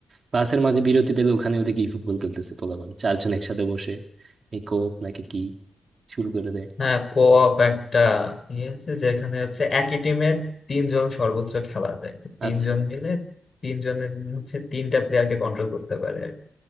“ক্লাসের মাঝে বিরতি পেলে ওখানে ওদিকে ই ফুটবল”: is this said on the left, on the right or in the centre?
Right